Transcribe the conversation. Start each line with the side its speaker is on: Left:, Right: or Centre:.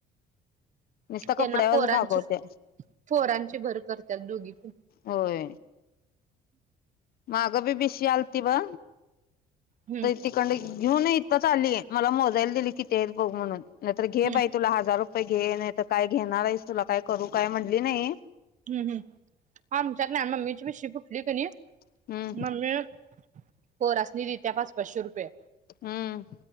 Left: नुसत
Right: त्यांना
Left: कपड्यावरच
Right: पोरांची
Left: भागवते
Right: पोरांची भर करतात दोघी पण
Left: होय माग बी बिशी आलती बघ
Right: हम्म
Left: तर तिकडंन घेऊन इथंच आली मला मोजायला दिली किती आहेत बघ म्हणून नाही तर घे
Right: हम्म
Left: बाई तुला हजार रू <unintelligible> घे नाही तर काय घेणार आहेस तुला काय करू काय म्हणली नाही
Right: हम हम! आमच्यात नाही मम्मीची भिशी फुठली कनी
Left: हम्म
Right: मम्मे पोरासनी देतिया पाच पाचशे रुपये
Left: हम्म